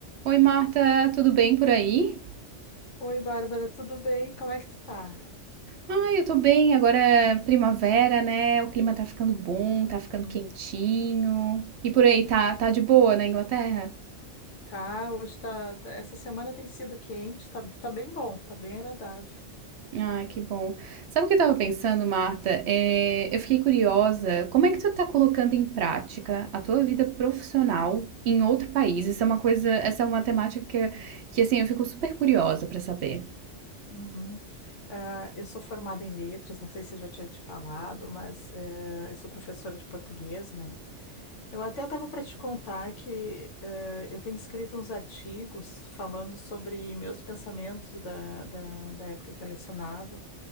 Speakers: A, on the right; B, on the left.
A: Oi, Marta, tudo bem por aí?
B: Oi, Bárbara, tudo bem? Como é que tu tá?
A: Ah, eu tô bem. Agora é primavera, né? O clima tá ficando bom, tá ficando
B: Hum,
A: quentinho. E por aí, tá, tá de boa na Inglaterra?
B: Tá, hoje tá, tá- Essa semana tem sido quente, tá, tá bem bom, tá bem agradável.
A: Ah, que bom. Sabe o que eu tava pensando, Marta? É, eu fiquei curiosa. Como é que tu tá colocando em prática a tua vida profissional em outro país? Isso é uma coisa, essa é uma temática que, que assim, eu fico super curiosa pra saber.
B: Uhum. Ah, eu sou formada em letras, não sei se eu já tinha te falado, mas eh, eu sou professora de português, né? Eu até estava para te contar que eh, eu tenho escrito uns artigos falando sobre meus pensamentos da, da, da época que eu lecionava,